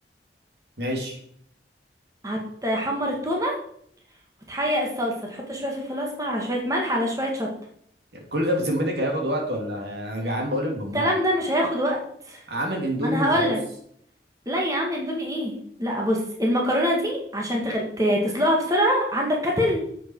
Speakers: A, on the right; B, on the right.
A: ماشي
B: هتحمر التومة وتحيق الصلصة تحط شوية فلفل اسمر على شوية ملح على شوية شطة
A: يعني كل ده بذمتك هياخد وقت ولا انا جعان بقول لك بموت
B: الكلام ده مش هياخد وقت
A: عامل اندومي
B: ما انا
A: وخلاص
B: هقولك لا يا عم اندومي ايه لا بص المكرونة دي عشان تغل... ت- تسلقها بسرعة عندك كتل